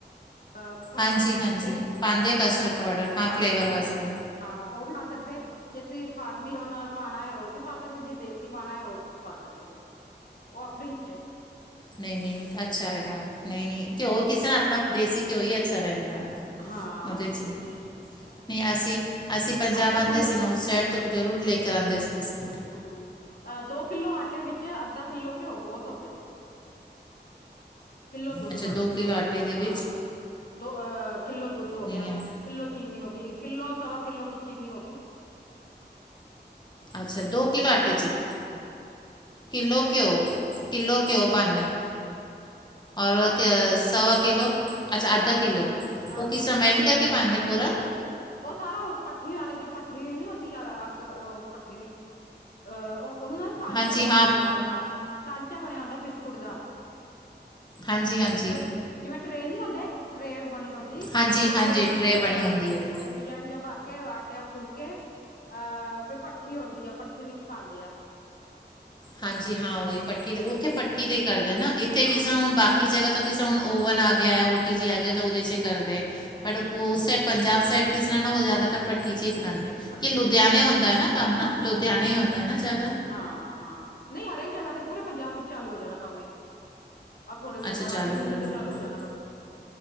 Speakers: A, on the left (about 55°); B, on the left (about 25°).
A: ਅ ਫਲੇਵਰ
B: ਹਾਂਜੀ ਹਾਂਜੀ
A: ਵਸਤੇ
B: ਪਾਉਂਦੇ
A: ਤਾਂ ਕਟਤਰ
B: ਕਸਟਰਡ
A: ਪਾਯੈ
B: ਪਾਊਡਰ
A: ਹਾਂ
B: ਫਲੇਵਰ
A: ਕਸ ਪਾ
B: ਵਾਸਤੇ
A: ਹਾਂ। ਓਹ ਵੀ ਪਾ ਸਕਦੇ ਜੇ ਤੁਸੀਂ ਫਾਰਮੀ ਔ ਨਾਲ ਪਾਣਾ ਏ ਓਹ ਵੀ ਪਾ ਸਕਦੇ ਜੇ ਦੇਸੀ ਪਾਣਾ ਏ ਓਹ ਵੀ ਪਾ ਸਕਦੇ, ਓਹ ਆਪਣੀ ਇੱਛਾ ਏ।
B: ਨਹੀਂ ਨਹੀਂ ਅੱਛਾ ਹੈਗੈ। ਨਹੀਂ ਨਹੀਂ
A: ਹਮ
B: ਘਿਓ ਕਿਸੇ ਨਾ ਅਪਣਾ ਦੇਸੀ ਘਿਓ ਈ ਅੱਛਾ ਰੈੰਦੈ।
A: ਹਾਂ
B: ਉਹਦੇ ਚ ਨਹੀਂ ਅਸੀਂ ਅਸੀਂ ਪੰਜਾਬ
A: ਅੱਧਾ
B: ਆਉਂਦੇ
A: ਕਿੱਲੋ
B: ਸੀ ਨਾ ਉਸ ਸ਼ਹਿਰ ਤੋਂ ਜ਼ਰੂਰ ਲੈ ਕੇ ਕਰ੍ਹਾਂਦੇ ਸੀ ਬਿਸਕਿਟ
A: ਹਮ ਅਹ ਦੋ ਕਿੱਲੋ ਆਟੇ ਵਿੱਚ ਠੀਕ ਅੱਧਾ ਕਿੱਲੋ ਘਿਓ ਬਹੁਤ ਹੋ ਗਿਆ ਕਿੱਲੋ ਦੁੱਧ
B: ਅੱਛਾ
A: ਫੜ ਲੁਤ
B: ਕਿਲੋ ਆਟੇ ਦੇ
A: ਹਾਂ
B: ਵਿੱਚ
A: ਦੋ ਅਹ ਕਿੱਲੋ ਦੁੱਧ ਹੋ
B: ਨਹੀਂ
A: ਗਿਆ
B: ਹੈ
A: ਕਿੱਲੋ ਚੀਨੀ ਹੋ ਕਿੱਲੋ ਸਵਾ ਕਿੱਲੋ ਕੀ ਚੀਨੀ ਹੋ ਗਈ
B: ਅੱਛਾ ਦੋ ਕਿੱਲੋ ਆਟੇ ਚ ਕਿੱਲੋ ਘਿਓ ਕਿੱਲੋ ਘਿਓ ਪਾਉਂਦੇ ਆ ਔਰ ਕ ਸਵਾ ਕਿਲੋ ਅੱਛਾ ਅੱਦਰਕ ਕਿੱਲੋ
A: ਹਾਂ
B: ਉਹ ਕਿਸ
A: ਹਾਂ
B: ਤਰਾ ਮੈਲਟ ਕਰਕੇ ਪਾਾਂਦੇ ਪੂਰਾ
A: ਉਹ ਸਾਰਾ ਉਹ ਪੱਠੀ ਵਾਲੇ ਜੋ ਪੱਠੀ ਨੀ ਹੁੰਦੀ ਅੱਗ ਉਹ ਭੱਠੀ ਅਹ ਉਹਨੂੰ ਨਾਲ ਸਾਂਚਾ
B: ਹਾਂਜੀ
A: ਬਣਿਆ
B: ਹਾਂ
A: ਹੁੰਦਾ ਉਹਦਾ ਸਾਂਚਾ ਬਣਿਆ ਹੁੰਦਾ ਬਿਸਕੁਟ ਦਾ
B: ਹਾਂਜੀ ਹਾਂਜੀ
A: ਅ ਤੇ ਜਿਵੇਂ ਟਰੇੇ ਨਹੀਂ ਹੁੰਦੇ ਟਰੇੇ ਬਣੀ ਹੁੰਦੀ
B: ਹਾਂਜੀ
A: ਉਹ
B: ਹਾਂਜੀ
A: ਟਰੇ ਵਿੱਚ ਅ
B: ਬਣੀ ਹੁੰਦੀ ਹੈ ਉਹ
A: ਡਿਜਾਇਨ ਜਾਂ ਪਾ ਕੇ ਆਟਿਆ ਗੁੰਨ ਕੇ ਅਹ ਫਿਰ ਭੱਠੀ ਆਉਂਦੀ ਆ ਭੱਠੀ ਵਿੱਚ ਪਾਉਂਦੇ ਆ
B: ਹਾਂਜੀ ਹਾਂ ਉਹੀ ਭੱਠੀ ਦੇ ਉੱਥੇ ਭੱਠੀ ਦੇ ਕਰਦੇ ਨਾ ਇੱਥੇ
A: ਹਾਂ
B: ਕਿਸ ਹੁਣ ਬਾਕੀ ਜਗ੍ਹਾ ਕਿਸੇ ਹੁਣ ਓਵਨ ਆ ਗਿਆ ਓਟੀ ਜੀ ਆ ਗਿਆ ਉਹਦੇ ਚ ਕਰਦੇ ਪਰ ਉਸ ਸਾਈਡ ਪੰਜਾਬ ਸਾਈਡ ਕਿਸ ਤਰ ਨਾ ਉਹ ਜ਼ਿਆਦਾ ਪੱਟੀ ਚਚ ਹੀ ਬਣਾ
A: ਭੱਠੀ
B: ਕੀ ਲੁਧਿਆਣੇ
A: ਵਿੱਚ
B: ਹੁੰਦਾ ਹੈ ਨਾ ਕੰਮ ਨਾ ਲੁਧਿਆਣਾ ਹੀ ਹੁੰਦਾ ਹੇ ਨਾ ਜ਼ਿਆਦਾ
A: ਹਾਂ ਹਾਂ ਨਹੀਂ ਹਰੇਕ ਜਗ੍ਹਾ ਤੇ ਪੂਰੇ ਪੰਜਾਬ ਵਿੱਚ ਚਾਲੂ ਹੋ ਜਾਣਾ ਕੰਮ ਆਹ ਥੋੜੇ ਦਿਨਾਂ
B: ਅੱਛਾ
A: ਬਾਅਦ
B: ਚਾਲੂ
A: ਅਗਲੇ ਮਹੀਨੇ
B: ਪੂਰੇ ਪੰਜਾਬ
A: ਤੋਂ ਚਾਲੂ ਹੋ ਜਾਣਾ ਕੰਮ